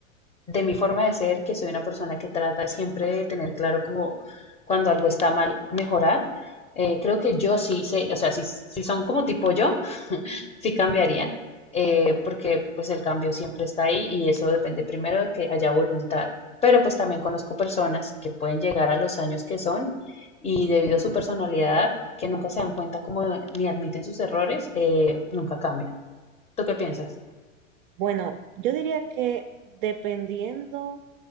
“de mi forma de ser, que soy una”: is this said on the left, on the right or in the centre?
Left